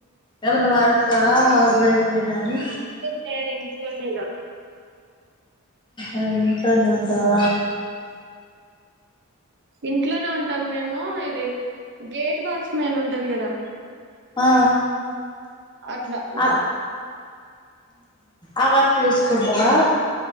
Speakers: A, on the left; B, on the right.
A: ఏమన్న వార్ కా హౌస్ వైఫ్ రేనాని
B: ఎ దిన్ఫోదిగ
A: ఆ ఇంట్లోనే ఉంటవా
B: ఇంట్లోనే ఉంటాం మేము ఇది గేట్ వాచ్మెన్ ఉంటది గదా
A: ఆ
B: అట్ల
A: ఆ ఆ వార్కి జూస్ కుంటవా